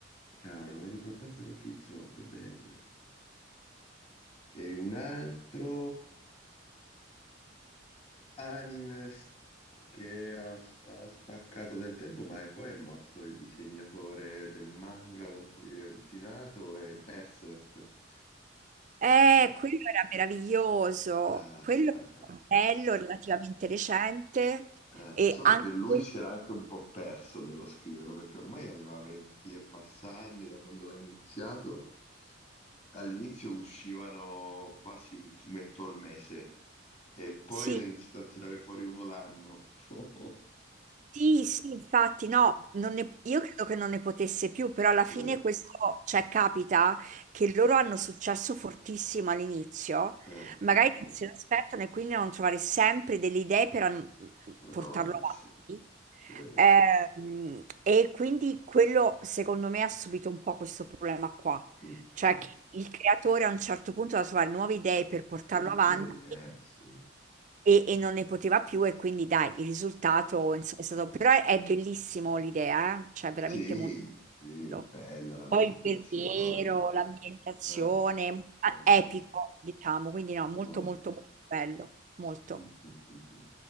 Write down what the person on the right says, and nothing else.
Eh, quello era meraviglioso,
quello
era bello, relativamente recente
e
anche,
sì,
Sì, sì, infatti, no, non ne- io credo che non ne potesse più, però alla fine
questo, cioè, capita che loro hanno successo fortissimo all'inizio,
magari
non
se l'aspettano e quindi devono trovare sempre delle idee per an-
portarlo avanti.
Ehm, e quindi quello, secondo me, ha subito un po' questo problema qua,
cioè
che il creatore a un certo punto deve trovare nuove idee per portarlo
avanti
e, e non ne poteva più e quindi dai, il risultato ins- è stato... Però è è bellissimo l'idea, eh? Cioè
veramente molto
bello.
Poi il verriero, l'ambientazione,
mo-
ah, epico,
diciamo, quindi no, molto
molto molto bello, molto,